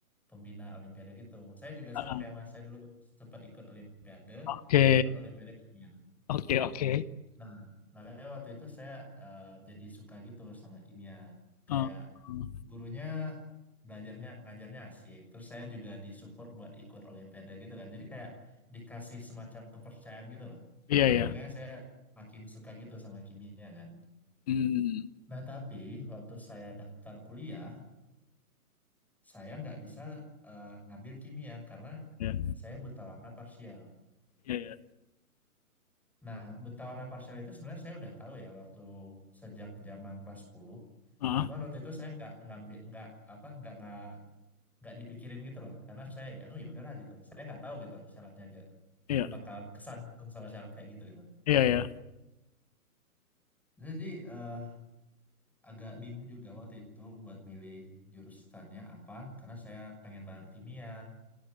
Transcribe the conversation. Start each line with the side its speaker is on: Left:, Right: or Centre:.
Centre: pembina Olimpiade gitu. Saya juga
Left: ah,
Centre: sama
Left: ah.
Centre: kayak Mas, saya dulu sempat ikut Olimpiade,
Left: Oke,
Centre: ikut Olimpiade kimia.
Left: oke, oke.
Centre: Nah, makanya waktu itu saya eh, jadi suka gitu sama kimia. Kayak
Left: Ah, hmm.
Centre: gurunya belajarnya ngajarnya asik. Terus saya juga disupport buat ikut Olimpiade gitu kan. Jadi kayak dikasih semacam kepercayaan gitu loh.
Left: iya ya.
Centre: Makanya saya makin suka gitu sama kimia kan.
Left: Hmm,
Centre: Nah, tapi waktu saya daftar kuliah saya nggak bisa eh, ngambil kimia karena
Left: iya,
Centre: saya buta warna parsial.
Left: iya ya.
Centre: Nah, buta warna parsial itu sebenarnya saya udah tahu ya waktu sejak zaman kelas 10.
Left: Ah,
Centre: Cuman
Left: ah.
Centre: waktu itu saya nggak ngambil nggak apa nggak nggak nggak dipikirin gitu loh karena saya ya oh ya udahlah gitu. Saya nggak tahu gitu syaratnya aja
Left: iya,
Centre: bakal kesandung sama syarat kayak gitu gitu.
Left: iya ya.
Centre: Jadi eh, agak bingung juga waktu itu buat milih jurusannya apa karena saya pengen banget kimia